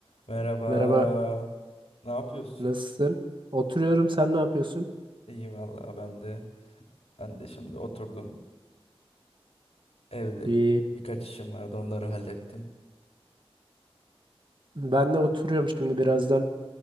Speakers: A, on the left; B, on the right.
A: Merhaba.
B: Merhaba,
A: Ne yapıyorsun?
B: nasılsın? Oturuyorum, sen ne yapıyorsun?
A: İyi vallahi ben de. Ben de şimdi oturdum. Evde
B: İyi.
A: birkaç işim vardı onları hallettim.
B: Ben de oturuyorum şimdi birazdan